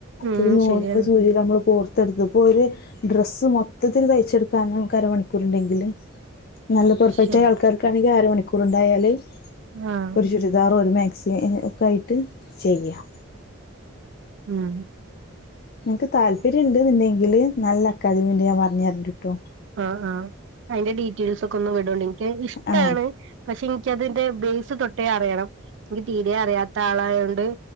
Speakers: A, on the right (about 60°); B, on the left (about 45°).
A: ഉം
B: ഒരു നൂലിന്റെ
A: ശരിയാണ്
B: സൂജിയിലമ്മള് കോർ ത്തെടുത്ത ഇപ്പോര് ഡ്രസ്സ് മൊത്തത്തില് തയ്ച്ചെടുക്കാനാ നമ്മക്കര ഉരുണ്ടെങ്കിലും നല്ല പെർഫെക്റ്റായ
A: ശരി
B: ആൾക്കാർക്കറി അര മണിക്കൂറുണ്ടായാല്
A: ആഹ്
B: ഒരു ചുരിദാറൊ ഒരു മേക് സ്നെക്കായിട്ട് ചെയ്യാം
A: ഉം
B: നിങ്‌ക്ക് താല്പര്യണ്ട് ന്നിണ്ടെങ്കില് നല്ല അക്കാദമിണ്ട് ഞാൻ പറഞ്ഞര്ണ്ട്ട്ടോ
A: ആ ആ അയ്ന്റെ ഡീറ്റെൽസൊക്കെ ഒന്ന് വിടൊ ക്ക് ഇഷ്ട്ടാണ്
B: ആ
A: പക്ഷെൻ എക്കതിന്റെ ബേസ് തൊട്ടേ അറിയണം എനിക്ക് തീരെ അറിയാത്ത ആളായോണ്ട്